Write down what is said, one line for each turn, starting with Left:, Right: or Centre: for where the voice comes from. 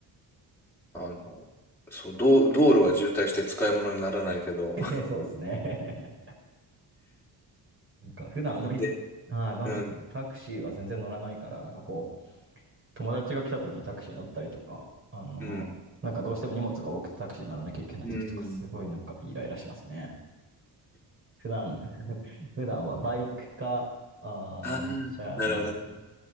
Centre: あの、そう、道、道路は渋滞して使い物にならないけど、
Right: <laughs> そうですね。<laughs> なんか、普段あんまり、
Centre: <laughs> あの、で、
Right: はい、バンコクでタクシーは全然乗らないから、
Centre: うん、
Right: なんかこう、友達が来た時にタクシー乗ったりとか、あの、
Centre: うん、
Right: なんかどうしても荷物が多くてタクシーに乗らなきゃいけない時とか、
Centre: うん。
Right: すごいなんかイライラしますね。普段、<laughs> 普段はバイクか、あー、
Centre: あ <laughs> あ、
Right: 電車が多いんで。
Centre: なるほどね。